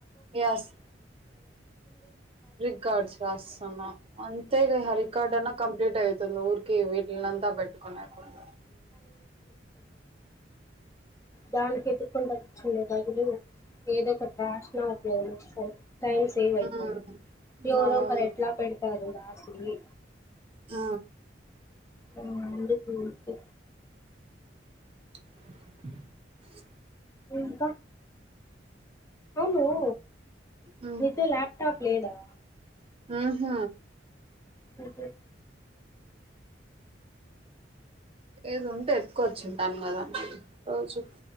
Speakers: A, on the right (about 30°); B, on the left (about 15°).
A: యస్ రికార్డ్స్ రాస్తాన్నా అం తేలే ఆ రికార్డన్న కంప్లీట్ అయి తే వీటినంతా పెట్టుకుని కుండ
B: దానికి ఎతుక్కుంట కూచ్చునే బదులు ఏదోకటి రాష్నా ఉపయోగమోస్తది టైం సేవై
A: హ్మ్
B: పోద్ది ఎవరో
A: అవును
B: ఒకరు ఎట్లా పెడతారు రాసి
A: ఆ
B: ఆ అందుకి ఊరికే
A: <inaudible>
B: ఇంకా అవును
A: హ్మ్
B: నీతో ల్యాప్టాప్ లేదా
A: ఊహు
B: ఓకే
A: ఏది ఉంటే ఎతుకొచ్చుంటాను కదా మరి రోజు